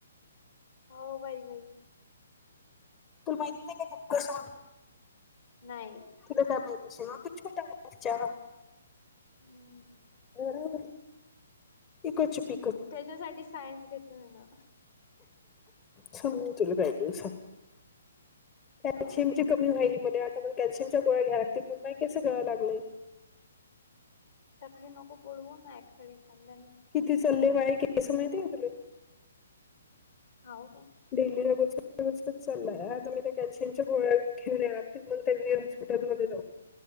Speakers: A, on the left; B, on the left.
A: हो... बाई... बाई
B: तुला माहित नाही. काप
A: नाही...
B: तुला काय माहिश ना. तू छोटाच्या...
A: हम....
B: ह... कक चुपी
A: त्याच्यासाठी सायन्स घेतलं मी ना.
B: स <inaudible> <unintelligible> म चुला पाहिजे स
A: हो
B: कॅल्शियमची कमी व्हायली म. आता मला कॅल्शियमच्या गोळ्या घ्याय लातील, म्हणून नाही कसं कळां लागलंय.
A: तकली नको पोडव <inaudible> मा खडे खांदा्या
B: किती चालले, बाय क असं माहिती आहे. का तुला
A: हो.. हो.. का
B: डेली, रगचगचकच चाललाय. आता मी त्या कॅल्शियमच्या गोळ्या ठेवले लागतील मग, त्यांनी हॉस्पिटलमध्येध्ये जाऊ